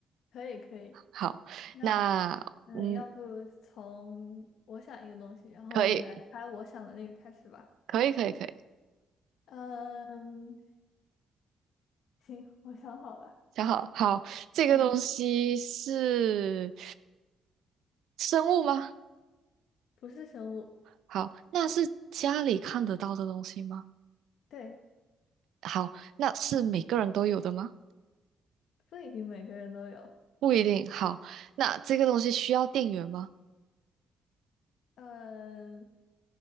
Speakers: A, on the left; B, on the right.
A: 可以可以。
B: 好，
A: 那
B: 那嗯，
A: 嗯，要不从我想一个东西，然后你来猜我想的那个开始吧。
B: 可以，可以，可以，可以。
A: 嗯，行，我想好了。
B: 想好，好，这个东西是
A: 嗯，
B: 生物吗？
A: 不是生物，
B: 好，那是家里看得到的东西吗？
A: 对，
B: 好，那是每个人都有的吗？
A: 不一定每个人都有。
B: 不一定。好，那这个东西需要电源吗？
A: 嗯，